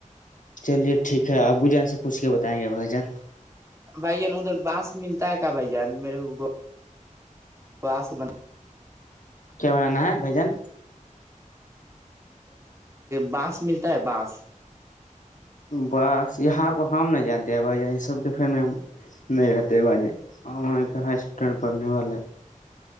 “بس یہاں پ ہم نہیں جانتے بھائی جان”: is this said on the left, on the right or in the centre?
Left